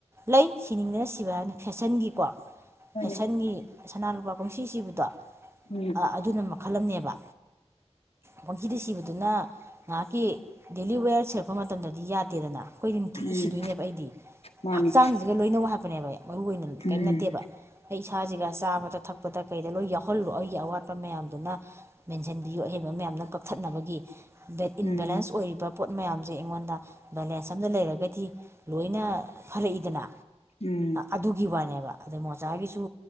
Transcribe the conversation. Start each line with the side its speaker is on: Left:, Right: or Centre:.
Right: ꯂꯩ ꯁꯤꯅꯤꯗꯅ ꯁꯤꯕ ꯍꯥꯏꯅ ꯐꯦꯁꯟꯒꯤꯀꯣ
Left: ꯍꯣꯏꯅꯦ
Right: ꯐꯦꯁꯟꯒꯤ ꯁꯅꯥ ꯂꯨꯄꯥ ꯀꯨꯝꯁꯤ ꯁꯤꯕꯗꯣ
Left: ꯎꯝ
Right: ꯑꯗꯨꯅ ꯈꯜꯂꯝꯅꯦꯕ ꯄꯨꯟꯁꯤꯗ ꯁꯤꯕꯗꯨꯅ ꯉꯥꯏꯍꯥꯛꯀꯤ ꯗꯦꯂꯤ ꯋꯦꯌꯔ ꯁꯤꯔꯛꯄ ꯃꯇꯝꯗ ꯗꯤ ꯌꯥꯗꯦꯗꯅ ꯑꯩꯈꯣꯏ ꯅꯨꯡꯇꯤ
Left: ꯎꯝ
Right: ꯁꯤꯗꯣꯏꯅꯦꯕ ꯑꯩꯗꯤ
Left: ꯃꯥꯅꯤ
Right: ꯍꯛꯆꯥꯡꯁꯤꯒ ꯂꯣꯏꯅꯕ ꯍꯥꯞꯄꯅꯦꯕ ꯑꯩ ꯃꯔꯨ ꯑꯣꯏꯅ
Left: ꯎꯝ
Right: ꯀꯔꯤꯝ ꯅꯠꯇꯦꯕ ꯑꯩ ꯏꯁꯥꯁꯤꯒ ꯆꯥꯕꯗ ꯊꯛꯄꯗ ꯀꯩꯗ ꯂꯣꯏ ꯌꯥꯎꯍꯜꯂꯣ ꯑꯩꯒꯤ ꯑꯋꯥꯠꯄ ꯃꯌꯥꯝꯗꯨꯅ ꯃꯦꯟꯁꯤꯟꯕꯤꯌꯨ ꯑꯍ ꯀ ꯃꯌꯥꯝꯅ ꯀꯛꯊꯠꯅꯕꯒꯤ
Left: ꯎꯝ
Right: ꯏꯟꯕꯦꯂꯦꯟꯁ ꯑꯣꯏꯔꯤꯕ ꯄꯣꯠ ꯃꯌꯥꯝꯁꯦ ꯑꯩꯉꯣꯟꯗ ꯕꯦꯂꯦꯟꯁ ꯑꯝꯗ ꯂꯩꯔꯒꯗꯤ ꯂꯣꯏꯅ ꯐꯠꯂꯛꯏꯗꯅ
Left: ꯎꯝ
Right: ꯑꯗꯨꯒꯤ ꯋꯥꯅꯦꯕ ꯑꯗꯩ ꯃꯣꯖꯥꯒꯤꯁꯨ